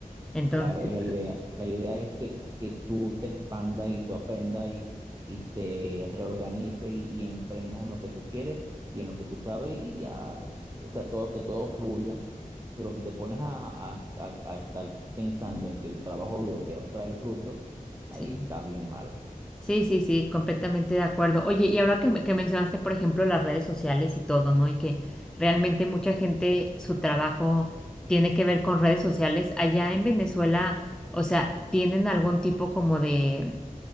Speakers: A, in the centre; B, on the right.
A: Entonces,
B: claro, es la idea. La idea es que, que tú te expandas y tú aprendas y, y te reorganices y, y emprendas en lo que tú quieres y en lo que tú sabes y ya, o sea, todo, que todo fluya. Pero si te pones a, a- a- a estar pensando en que el trabajo duro te va a traer fruto, ahí
A: sí.
B: estás bien mal.
A: Sí, sí, sí, completamente de acuerdo. Oye, y ahora que, me- que mencionaste, por ejemplo, las redes sociales y todo, ¿no? Y que realmente mucha gente, su trabajo tiene que ver con redes sociales. Allá en Venezuela, o sea, ¿tienen algún tipo como de,